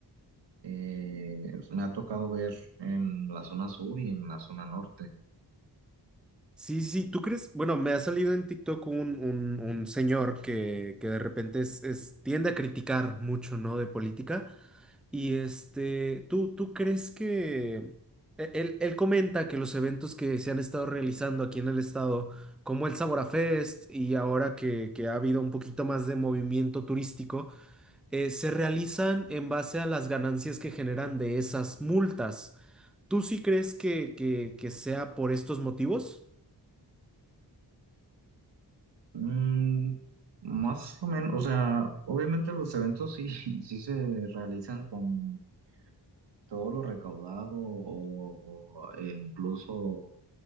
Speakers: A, on the right; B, in the centre.
A: eh, me ha tocado ver en la zona sur y en la zona norte.
B: Sí, sí, sí, ¿tú crees? Bueno, me ha salido en TikTok un, un, un señor que, que de repente es, es- tiende a criticar mucho, ¿no? De política. Y este, ¿tú, tú crees que e- él, él comenta que los eventos que se han estado realizando aquí en el estado, como el Sabora Fest y ahora que, que ha habido un poquito más de movimiento turístico, eh, se realizan en base a las ganancias que generan de esas multas? ¿Tú sí crees que, que que sea por estos motivos?
A: Mm, más o menos, o sea, obviamente los eventos sí, <laughs> sí se realizan con todo lo recaudado o eh, incluso